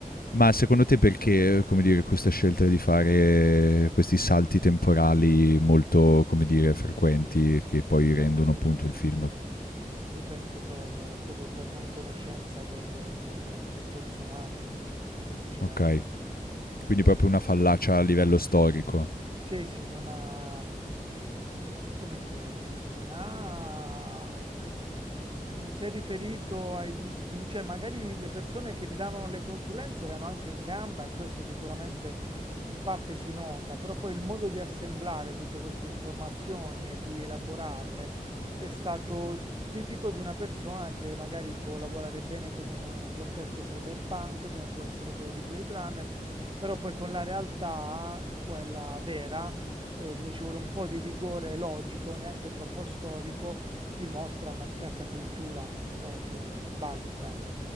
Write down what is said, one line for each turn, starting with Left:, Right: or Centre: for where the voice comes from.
Left: ma secondo te perché, come dire, questa scelta di fare questi salti temporali molto, come dire, frequenti che poi
Right: No,
Left: rendono
Right: ma io
Left: appunto
Right: penso,
Left: il film?
Right: io penso per, proprio per non conoscenza del, del- del personaggio, semplicemente
Left: Okay, quindi
Right: temo
Left: proprio
Right: che sia
Left: una fallacia
Right: questo.
Left: a livello storico.
Right: Sì, sì, non ha, ehm, come dire, non ha non si è riferito ai giusti cioè magari le persone che gli davano le consulenze erano anche in gamba e questo sicuramente in parte si nota, però poi il modo di assemblare tutte queste informazioni e di elaborarle è stato tipico di una persona che magari può lavorare bene con un eh, contesto cyberpunk, come può essere quello di Blade Runner però poi con la realtà, quella vera, eh, dove ci vuole un po' di rigore logico, neanche troppo storico, dimostra una scarsa cultura proprio basica.